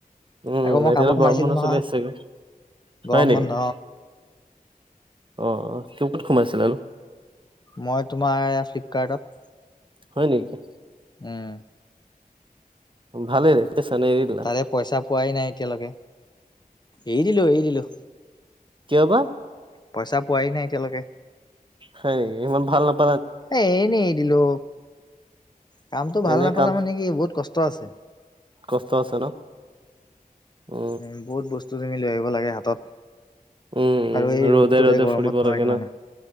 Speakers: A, on the right; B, on the left.
A: উম
B: আকৌ মই
A: এতিয়াতো
B: কামত সোমাইছিলো
A: গৰম ম
B: নহয়
A: চলি আছেগে, হয়
B: গৰম
A: নেকি?
B: বন্ধ
A: অ অ টো ক'ত সোমাইছিলা নো
B: মই তোমাৰ ফ্লিপকাৰ্টত
A: হয় নেকি?
B: উম।
A: ভালেইে <unintelligible> এৰি দিলা।
B: তাৰে পইচা পোৱাই নাই এতিয়ালৈকে, এৰি দিলো এৰি দিলো।
A: কিয় বা
B: পইচা পোৱা নাই এতিয়ালৈকে
A: হয় ইমান ভাল নাপায়
B: এ এনে এ দিলো কামটো ভাল
A: এনেই
B: নাপালা
A: কাম
B: মানে কি বহুত কষ্ট আছে
A: কষ্ট আছে ন উ
B: উ বহুত বস্তু খিনি লৈ আহিব লাগে হাতত
A: উম
B: আৰু এই
A: উ ৰ'দে
B: ৰ'দটো
A: ৰ'দে
B: এই গৰমত
A: ফুৰিব
B: নোৱাৰি
A: লাগে ন
B: মানে